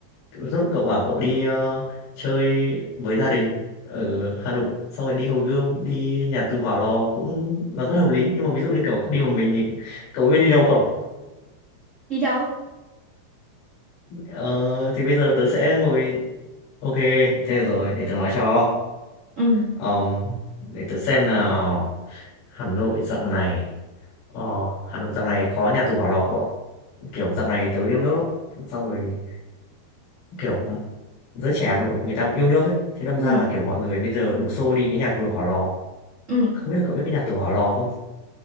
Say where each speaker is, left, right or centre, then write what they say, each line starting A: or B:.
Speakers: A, on the left; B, on the right.
A: Ví dụ cậu bảo cậu đi ờ, chơi với gia đình ở Hà Nội xong rồi đi Hồ Gươm đi nhà tù Hỏa Lò cũng là rất hợp lý nhưng mà ví dụ như kiểu cậu đi một mình thì cậu biết đi đâu không
B: đi đâu?
A: Ờ, thì bây giờ tớ sẽ ngồi ok thế được rồi để tớ nói cho
B: ừ
A: Ờm, để tớ xem nào Hà Nội dạo này ờ, Hà Nội dạo này có nhà tù Hỏa Lò cậu ạ. kiểu dạo này tớ yêu nước lắm xong rồi kiểu giới trẻ Hà Nội người ta cũng yêu nước ấy thế đâm
B: ừ
A: ra là kiểu mọi người bây giờ đổ xô đi cái nhà tù Hỏa Lò
B: ừ
A: Không biết là cậu biết cái nhà tù Hỏa Lò không?